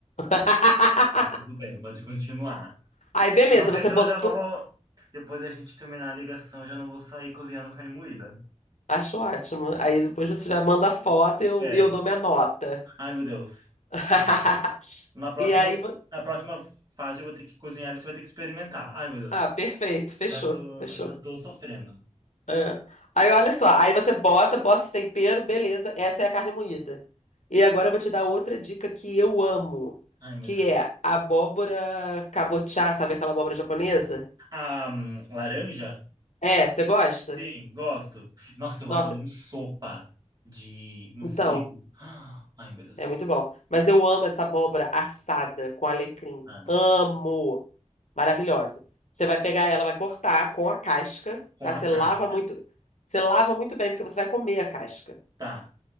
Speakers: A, on the left; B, on the right.
A: <laughs>
B: Tudo bem, pode continuar.
A: Aí beleza,
B: Eu não sei
A: você
B: se
A: botou.
B: eu já não vou. Depois da gente terminar a ligação, eu já não vou sair cozinhando carne moída.
A: Acho ótimo. Aí depois você já manda a foto e eu,
B: É.
A: e eu dou minha nota.
B: Ai, meu Deus.
A: <laughs>
B: Tá. Na próxima,
A: E aí. vo-
B: na próxima fase eu vou ter que cozinhar e você vai ter que experimentar. Ai, meu Deus.
A: Ah, perfeito. Fechou,
B: Já tô,
A: fechou.
B: já tô sofrendo.
A: É. Aí olha só, aí você bota, bota esse tempero, beleza. Essa é a carne moída. E agora eu vou te dar outra dica que eu amo,
B: Ai, meu
A: que
B: Deus.
A: é abóbora cabotiá, sabe aquela abóbora japonesa?
B: A hum, laranja?
A: É, você gosta?
B: Sim, gosto. Nossa, eu
A: Nossa,
B: adoro sopa de no
A: então.
B: frio. Ah, Ai, meu Deus.
A: É muito bom. Mas eu amo essa abóbora assada com alecrim.
B: Assada.
A: Amo! Maravilhosa. Você vai pegar ela, vai cortar com a casca,
B: Com
A: tá?
B: a
A: Você lava
B: casca.
A: muito, você lava muito bem, porque você vai comer a casca,
B: Tá,